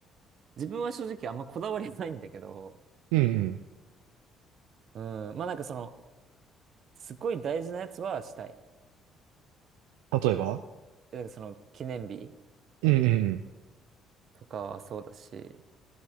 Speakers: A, on the right; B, on the right.
A: 自分は正直あんまこだわりないんだけど、
B: うんうん。
A: うん、まあなんかその、すごい大事なやつはしたい。
B: 例えば
A: なんかその、記念日
B: うんうん
A: とかはそうだし、